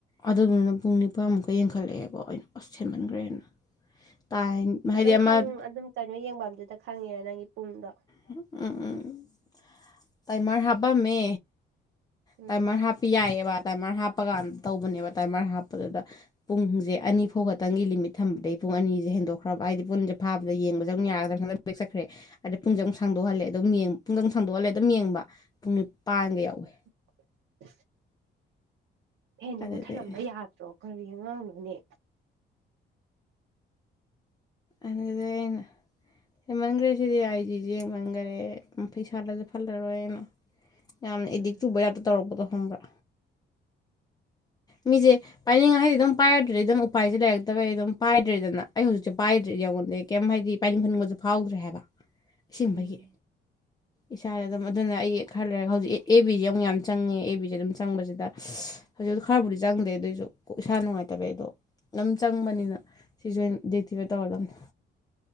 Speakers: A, on the left (about 20°); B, on the right (about 80°).
A: ꯑꯗꯨꯗꯨꯅ ꯄꯨꯡ ꯅꯤꯄꯥꯟꯃꯨꯛꯀ ꯌꯦꯡꯈꯠꯂꯛꯑꯦꯀꯣ ꯑꯩꯅ ꯑꯁ ꯁꯦꯝꯃꯟꯈ꯭ꯔꯦꯅ ꯇꯥꯏ ꯍꯥꯏꯗꯤ
B: ꯑꯗꯨꯝ
A: ꯑꯃ
B: ꯈꯪ ꯑꯗꯨꯝ ꯀꯩꯅꯣ ꯌꯦꯡꯕꯝꯗꯨꯗ ꯈꯪꯉꯤꯔ ꯅꯪꯒꯤ ꯄꯨꯡꯗꯣ
A: ꯎꯝ ꯎꯝ ꯇꯥꯏꯃꯔ ꯍꯥꯞꯄꯝꯃꯦ
B: ꯎꯝ
A: ꯇꯥꯏꯃꯔ ꯍꯥꯞꯄ ꯌꯥꯏꯑꯦꯕ ꯇꯥꯏꯃꯔ ꯍꯥꯞꯄꯀꯥꯟꯗ ꯇꯧꯕꯅꯦꯕ ꯇꯥꯏꯃꯔ ꯍꯥꯞꯄꯗꯨꯗ ꯄꯨꯡꯁꯦ ꯑꯅꯤ ꯐꯥꯎ ꯈꯛꯇꯪꯒꯤ ꯂꯤꯃꯤꯠ ꯊꯝꯕꯗꯒꯤꯩ ꯄꯨꯡ ꯑꯅꯤꯁꯦ ꯍꯦꯟꯗꯣꯛꯈ꯭ꯔꯕ ꯍꯥꯏꯗꯤ ꯄꯨꯟꯁꯦ ꯐꯕꯗ ꯌꯦꯕꯗ ꯑꯃꯨꯛ ꯌꯥꯒꯗ꯭ꯔꯥ ꯕꯦꯛ ꯆꯠꯈ꯭ꯔꯦ ꯑꯗꯩ ꯄꯨꯡꯖꯦ ꯑꯃꯨꯛ ꯁꯥꯡꯗꯣꯛꯍꯜꯂꯦ ꯑꯗꯨꯝ ꯌꯦꯡ ꯄꯨꯡ ꯑꯃꯨ ꯁꯥꯡꯗꯣꯛꯍꯜꯂꯦ ꯑꯗꯨꯝ ꯌꯦꯡꯕ ꯄꯨꯡ ꯅꯤꯄꯥꯟꯒ ꯌꯥꯎꯋꯦ
B: <unintelligible> ꯍꯦꯟꯖꯦ
A: ꯑꯗꯨꯗꯩ
B: ꯃꯨꯠꯊꯠꯂꯝꯕ ꯌꯥꯗ꯭ꯔꯣ ꯀꯔꯤ ꯑꯉꯥꯡꯅꯣꯅꯦ
A: ꯑꯗꯨꯅꯦ ꯍꯦꯟꯃꯟꯈ꯭ꯔꯦ ꯁꯤꯗꯤ ꯑꯥꯏ ꯖꯤꯁꯦ ꯌꯦꯡꯃꯟꯈ꯭ꯔꯦ ꯄꯩꯁꯥꯗꯁꯨ ꯐꯜꯂꯔꯣꯏꯅ ꯌꯥꯝꯅ ꯑꯦꯗꯤꯛ
B: ꯎꯝ
A: ꯆꯨꯕꯩ ꯇꯥꯏꯞꯇ ꯇꯧꯔꯛꯄꯗꯣ ꯈꯪꯕ꯭ꯔꯥ ꯃꯤꯁꯦ ꯄꯥꯏꯅꯤꯡꯉꯥꯏꯗꯤ ꯑꯗꯨꯝ ꯄꯥꯏꯔꯗꯨ꯭ꯔꯗꯤ ꯑꯗꯨꯝ ꯎꯄꯥꯏꯁꯦ ꯂꯩꯔꯛꯇꯕꯩ ꯑꯗꯨꯝ ꯄꯥꯏꯗ꯭ꯔꯦꯗꯅ ꯑꯩ ꯍꯧꯖꯤꯛꯁꯦ ꯄꯥꯏꯗ꯭ꯔꯦ ꯌꯦꯡꯉꯨꯗꯦ ꯀꯩꯝ ꯍꯥꯏꯗꯤ ꯄꯥꯏꯅꯤꯡꯍꯟꯅꯤꯡꯕꯁꯨ ꯐꯥꯎꯗ꯭ꯔꯦ ꯍꯥꯏꯕ ꯏꯁꯦꯡꯕꯒꯤ
B: ꯎꯝ
A: ꯏꯁꯥꯗ ꯑꯗꯨꯝ ꯑꯗꯨꯅ ꯑꯩ ꯈꯔ ꯂꯩꯔꯒ ꯍꯧꯖꯤꯛ ꯑꯦ ꯕꯤꯗꯤ ꯑꯃꯨꯛ ꯌꯥꯝ ꯆꯪꯉꯦ ꯑꯦꯐꯕꯤꯁꯦ ꯑꯗꯨꯝ ꯆꯪꯕꯁꯤꯗ ꯍꯧꯖꯤꯛ ꯈꯔꯕꯨꯗꯤ ꯆꯪꯗꯦ ꯑꯗꯨꯑꯣꯏꯁꯨ ꯀ ꯏꯁꯥ ꯅꯨꯡꯉꯥꯏꯇꯕ ꯑꯗꯣ ꯑꯗꯨꯝ ꯆꯪꯕꯅꯤꯅ <unintelligible> ꯊꯤꯕ ꯇꯧꯔꯒꯅꯦ